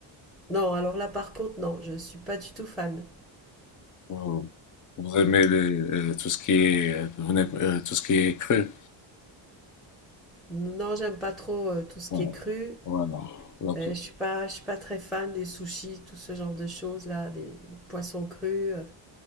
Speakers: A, in the centre; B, on the left.
A: Non, alors là par contre, non, je suis pas du tout fan.
B: euh, vous aimez les, euh, tout ce qui est, euh, vous n'aimez- euh, tout ce qui est cru.
A: Non, j'aime pas trop euh, tout ce
B: Ouais.
A: qui est cru.
B: Voilà. Donc,
A: Euh, je suis pas, je suis pas très fan des sushis, tout ce genre de choses là, des poissons crus. euh.